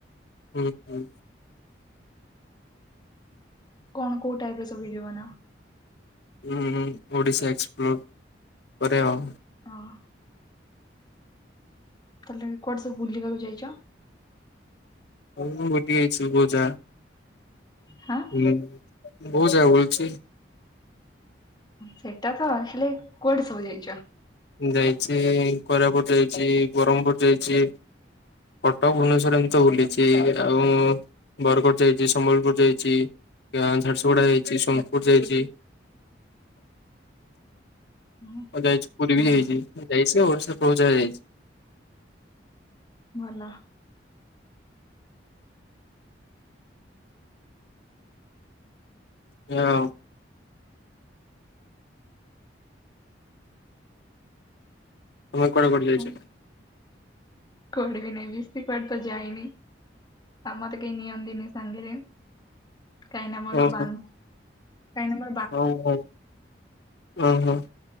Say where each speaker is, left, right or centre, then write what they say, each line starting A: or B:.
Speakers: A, on the left; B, on the left.
A: ହୁଁ ହୁଁ।
B: କଣ କୋଉ ଟାଇପ ର ସବୁ ଭିଡ଼ିଓ ବନାଅ?
A: ହୁଁ ହୁଁ ଓଡ଼ିଶା ଏକ୍ସପ୍ଲୋର୍ କରୋବ।
B: ହଁ। ତାଲେ କୁଆଡେ ସବୁ ବୁଲିବାକୁ ଯାଇଚ?
A: ହଁଁ ଗୋଟେ ହେଇଛିୁଜା <unintelligible>
B: ହଁ।
A: ହୁଁ ବହୁତ ଜାଗା ବୁଳିଛି।
B: ସେଇଟା ତ ହେଲେ କୁଆଡେ ସବୁ ଯାଇଛ?
A: ଯାଇଛି କୋରାପୁଟ ଯାଇଛି, ବ୍ରହ୍ମପୁର ଯାଇଛି କଟକ, ଭୁବନେଶ୍ଵର ଏମିତି ବୁଲିଛି ଆଉ ବରଗଡ଼ ଯାଇଚି, ସମ୍ବଲପୁର ଯାଇଛି, ଝାରସୁଗୁଡା ଯାଇଛି, ସୋନପୁର ଯାଇଛି।
B: ହଁ
A: ଆଉ ଯାଇଛି ପୁରୀ ବି
B: ଭଲ
A: ଯାଇଛି ଯାଇଛି ସେ ପ୍ରହୁ ଯାଇଛି।
B: ଭଲ।
A: ହଁ <unintelligible> ତମ କୁଆଡ଼େ କୁଆଡ଼େ
B: ହଁ
A: ଯାଇଛ?
B: କୁଆଡେ ବି ନା <unintelligible> ଇଁତି କୁଆଡେ ତ ଯାଇନି ଆମ ତ କେହି ନିଅନ୍ତିନି ସାଙ୍ଗରେ। କହିଁନା ମୋର
A: ଓହୋ
B: ବାନ୍ତ କହିଁନା ମ
A: ହଉ ହଉ ଓ ହୋ।